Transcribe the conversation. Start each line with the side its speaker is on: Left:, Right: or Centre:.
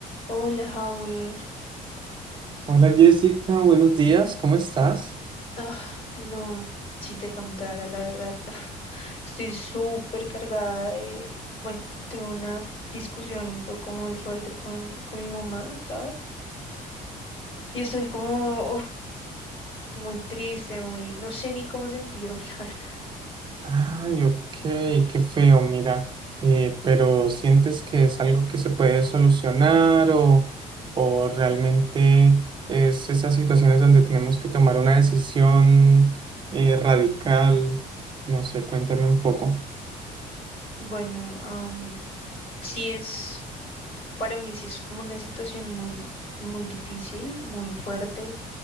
Left: Hola, Howard.
Right: Hola Jessica, buenos días, ¿cómo estás?
Left: Ah, no, si te contara la verdad, ah, estoy súper cargada de... Bueno, tuve una discusión un poco muy fuerte con, con mi mamá, ¿sabes? Y estoy como uf, muy triste, muy... No sé ni cómo sentirme, <laughs> la verdad.
Right: Ay, ok, qué feo, mira, eh, pero ¿sientes que es algo que se puede solucionar o, o realmente es esas situaciones donde tenemos que tomar una decisión eh, radical? No sé, cuéntame un poco.
Left: Bueno, am, sí es... Para mí sí es como una situación muy, muy difícil, muy fuerte,